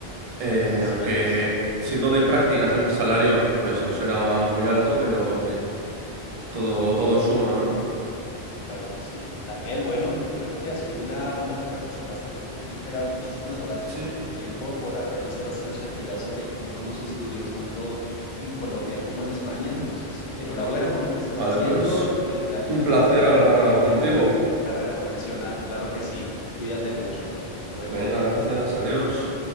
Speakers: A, on the right; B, on the left.
A: Eh,
B: Así
A: aunque
B: es,
A: siendo de prácticas el salario, pues no será muy alto, pero oye, todo, todo suma, ¿no?
B: claro que sí. Daniel, bueno, yo creo que ha sido una, una conversación bastante fructífera. Muchísimas gracias
A: Sí.
B: por tu tiempo, por haber visto las perspectivas sobre cómo son los estudios tanto en Colombia como en España. Entonces, enhorabuena por lo que estás
A: Vale,
B: haciendo
A: pues
B: y realmente
A: un placer
B: te auguro todo
A: hablar
B: lo mejor
A: contigo.
B: en tu carrera profesional. Claro que sí. Cuídate mucho. Hasta luego.
A: Venga, gracias, adiós.